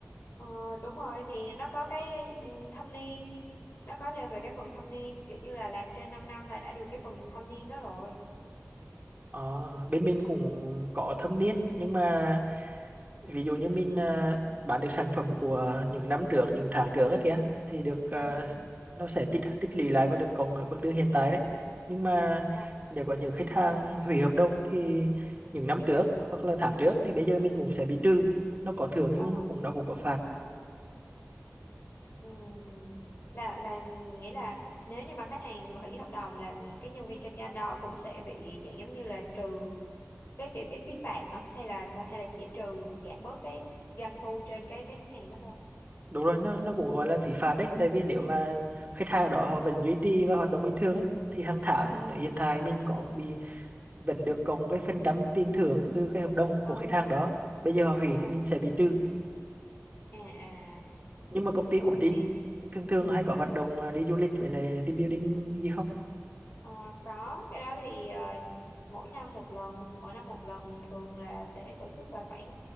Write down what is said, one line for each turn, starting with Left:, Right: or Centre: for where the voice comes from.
Left: ờ, đúng rồi thì nó có cái ừ, thâm niên nó có thêm về cái phần thâm niên kiểu như là làm trên 5 năm là đã được cái phần thâm niên đó rồi
Right: ờ, bên mình cũng có thâm niên nhưng mà ví dụ như mình à, bán được sản phẩm của những năm trước những tháng trước ấy kìa thì được à,
Left: ừ
Right: nó sẽ tích tích lũy lại và được cộng ở mức lương hiện tại đấy nhưng mà
Left: ờ
Right: nếu có những khách hàng hủy hợp đồng thì những năm trước hoặc là tháng trước thì bây giờ mình cũng sẽ bị trừ nó có thưởng
Left: ờ.
Right: nhưng nó cũng nó cũng có phạt
Left: Ừ. Là là nghĩa là nếu như mà khách hàng hủy hợp đồng là cái nhân viên kinh doanh đó cũng sẽ bị dạng giống như là trừ cái kiểu cái phí phạt hả hay là sao hay là chỉ trừ giảm bớt cái doanh thu trên cái cái khách hàng đó thôi
Right: đúng rồi nó nó cũng gọi là phí phạt đấy tại vì nếu mà khách hàng đó họ vẫn duy trì và hoạt động bình thường ấy thì hàng tháng hiện tại mình có bị vẫn được cộng cái phần trăm tiền thưởng từ cái hợp đồng
Left: ờ
Right: của khách hàng đó bây giờ họ hủy
Left: ờ
Right: thì mình sẽ bị trừ
Left: à à
Right: nhưng mà công ty
Left: như
Right: của
Left: vậy
Right: Trinh
Left: thì
Right: thường thường hay có hoạt động à, đi du lịch với lại team building gì không
Left: ờ, có cái đó thì ờ, mỗi năm một lần mỗi năm một lần thường là sẽ tổ chức vào khoảng